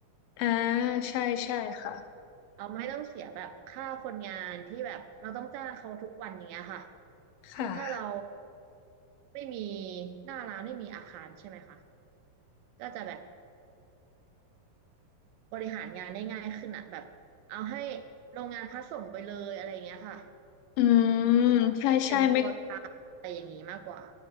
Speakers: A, on the left; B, on the right.
A: อ่าใช่ใช่ค่ะ
B: เราไม่ต้องเสียแบบค่าคนงานที่แบบเราต้องจ้างเขาทุกวันอย่างเงี้ยค่ะ
A: ค่ะ
B: คือถ้าเราไม่มีหน้าร้านไม่มีอาคารใช่ไหมคะก็จะแบบบริหารงานได้ง่ายขึ้นอะแบบเอาให้โรงงานพัสส่งไปเลยอะไรอย่างเงี้ยค่ะ
A: อืมใช่ใช่ไม่
B: เหมือนเป็นตัวกลางอะไรอย่างนี้มากกว่า